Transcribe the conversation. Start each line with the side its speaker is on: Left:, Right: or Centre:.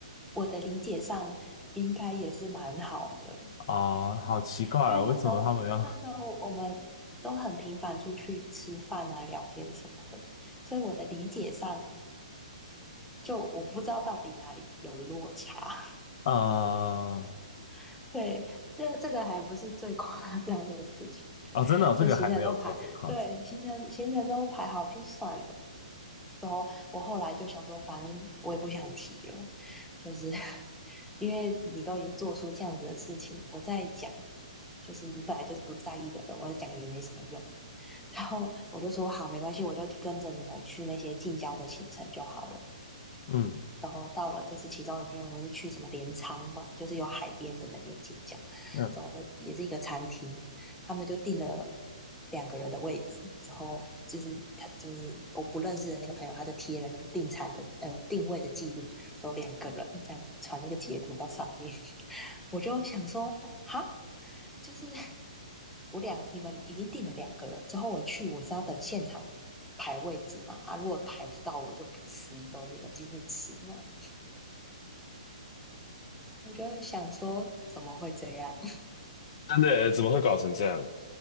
Centre: 我的理解上应该也是蛮好的，
Left: 啊、好奇怪哦，
Centre: 因为那时候那时候我们都很频繁出去吃饭啊、
Left: 为什么他们要
Centre: 聊天什么的，所以我的理解上就我不知道到底哪里有落差。
Left: <laughs> 啊、呃
Centre: <laughs> 对，这这个还不是最夸张的事情。
Left: 哦，真的哦、
Centre: 就行程都排，
Left: 这个还没有做这个夸张。
Centre: 对，行程行程都排好就算了。之后我后来就想说，反正我也不想提了，就是 <laughs> 因为你都已经做出这样子的事情，我再讲，就是你本来就是不在意的人，我讲也没什么用。<laughs> 然后我就说好，没关系，我就跟着你们去那些近郊的行程就好了。
Left: 嗯
Centre: 然后到了就是其中一天，我们是去什么镰仓吧，就是有海边的那边进郊，
Left: 嗯，
Centre: 之后也是一个餐厅，他们就订了两个人的位置，之后就是他就是我不认识的那个朋友，他就贴了那个订餐的呃定位的记录，都两个人这样传那个截图到上面，<laughs> 我就想说哈，就是我两你们已经订了两个人，之后我去我是要等现场。排位置嘛，啊，如果排不到我就不吃，走你们进去吃嘛。我就想说，怎么会这样？
Left: 真的耶，怎么会搞成这样？